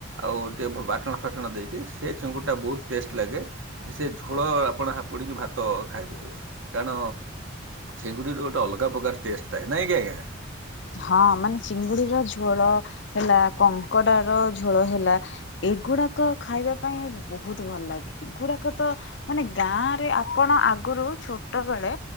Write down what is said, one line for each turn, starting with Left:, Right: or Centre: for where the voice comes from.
Right: ଆଉ ଟିକିଏ ବାଟଣ ଫାଟଣ ଦେଇକି ସେ ଚୁଙ୍ଗୁଡିଟା ବହୁତ ଟେଷ୍ଟ ଲାଗେ। ସେ ଝୋଳ ଆପଣ ହାପୁଡ଼ିକି ଭାତ ଖାଇଦେବେ। କାରଣ ଚିଙ୍ଗୁଡ଼ିରୁ ଗୋଟେ ଅଲଗା ପ୍ରକାର ଟେଷ୍ଟ ଥାଏ ନାଇଁକି ଆଜ୍ଞା?
Left: ହଁ, ମାନେ ଚିଙ୍ଗୁଡିର ଝୋଳ ହେଲା, କଙ୍କଡ଼ା ର ଝୋଳ ହେଲା ଏଗୁଡାକ ଖାଇବା ପାଇଁ ବହୁତ ଭଲ ଲାଗେ। ଏଗୁଡାକ ତ ମାନେ ଗାଁରେ ଆପଣ ଆଗରୁ ଛୋଟ ବେଳେ